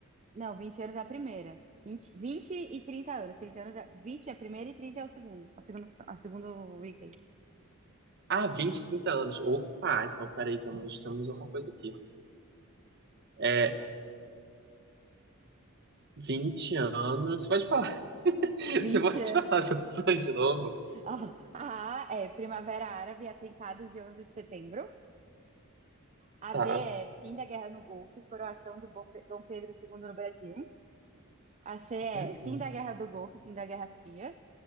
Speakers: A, on the right (about 30°); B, on the right (about 50°).
A: Não, 20 anos é a primeira. vinte vinte e trinta anos. trinta anos é, 20 é a primeira e 30 é o segundo. A segunda, opção- a segundo item.
B: Ah, 20 30 anos. Opa, então peraí, temos, temos uma coisa aqui. É, 20 anos. Você pode falar, <laughs>
A: vinte
B: você pode
A: anos.
B: falar as opções de novo?
A: Ó, a A é Primavera Árabe, atentados de 11 de setembro. A
B: Tá.
A: B é fim da guerra no Golfo e coroação do Bom Pe- Dom Pedro II no Brasil. A C é
B: Hum,
A: fim
B: hum.
A: da guerra do Golfo e fim da Guerra Fria.